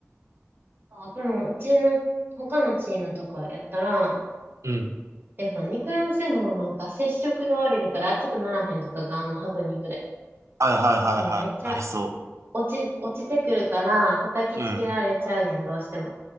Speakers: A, on the right; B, on the right.
A: そう、でも、うちの、他のチームとかやったら、
B: うん。
A: でもニクロン線もなんか接触が悪いだから熱くならへんとかがあんのハプニングで。
B: はいはいはいはい。
A: もうめっちゃ
B: ありそ
A: 落ち、落ちてくるから、叩きつけられちゃうやん、
B: う。うん。
A: どうしても。